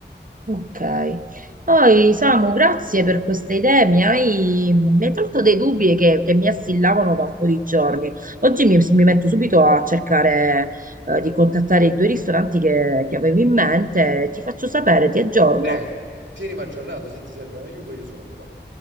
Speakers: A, on the right; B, on the right.
A: Ok. Poi, Samu, grazie per queste idee. Mi hai, mi hai tolto dei dubbi che, che mi assillavano da un po' di giorni. Oggi mi, mi metto subito a cercare, eh, di contattare i due ristoranti che, che avevo in mente. Ti faccio sapere, ti aggiorno.
B: Eh, tienimi aggiornato, se ti serve un aiuto io sono qua.